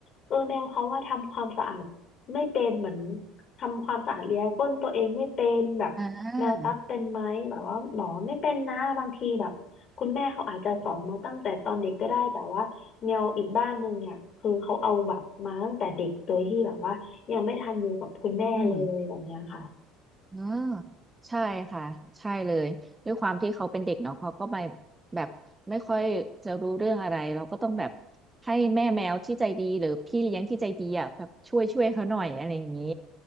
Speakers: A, on the left; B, on the right.
A: เออแมวเขาว่าทำความสะอาดไม่เป็นเหมือน ทำความสะอาดเลียก้นตัวเองไม่เป็นแบบแมวตั๊กเป็นไหมแบบว่าหมอไม่เป็นนะบางทีแบบคุณแม่เขาอาจจะสอนมาตั้งแต่ตอนเด็กก็ได้แต่ว่าแมวอีกบ้านหนึ่งเนี่ยคือเขาเอาแบบมาตั้งแต่เด็กโดยที่แบบว่ายังไม่ทันอยู่กับคุณแม่เลยแบบเนี้ยค่ะ
B: อ่าอืมเออใช่ค่ะ ใช่เลยด้วยความที่เขาเป็นเด็กเนาะเขาก็ไปแบบไม่ค่อยจะรู้เรื่องอะไรเราก็ต้องแบบให้แม่แมวที่ใจดีหรือพี่เลี้ยงที่ใจดีอ่ะแบบช่วยช่วยเขาหน่อยอะไรอย่างนี้